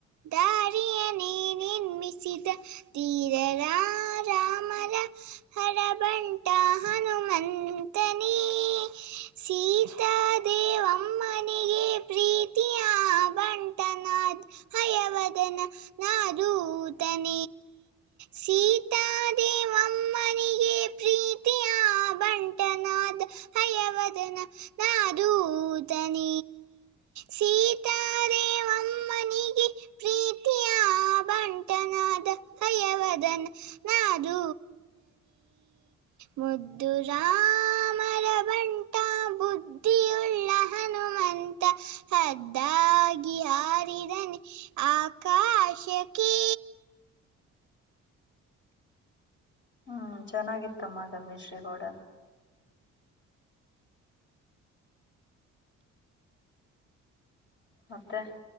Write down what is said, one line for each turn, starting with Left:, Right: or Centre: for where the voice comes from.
Right: ದಾರಿಯನೆೇ ನಿರ್ಮಿಸಿದ ತೀರರ ರಾಮರ ಹರಬಂಟ ಹನುಮಂತನಿ ಸೀತಾದೇವಮ್ಮನಿಗೆ ಪ್ರೀತಿಯ ಬಂಟನಾದ್ ಹಯವದನ ನಾದೂತನ ಸೀತಾದೇವಮ್ಮನಿಗೆ ಪ್ರೀತಿಯ ಬಂಟನಾದ ಹಯವದನ ನಾದೂದನ ಸೀತಾದೇವಮ್ಮನಿಗೆ ಪ್ರೀತಿಯ ಬಂಟನಾದ ಹಯವದನ್ ನಾದೂತನಿ ಮುದ್ದು ರಾಮರ ಬಂಟ ಬುದ್ಧಿಯುಳ್ಳ ಹನುಮಂತ ಹದ್ದಾಗಿ ಹಾರಿದನ ಆಕಾಶಕ್ಕೆೀ
Left: ಹ್ಮ್ ಚೆನ್ನಾಗಿತ್ತಮ್ಮ ಗಮೇಶ ಶ್ರೀ ಗೌಡ ಮತ್ತೆ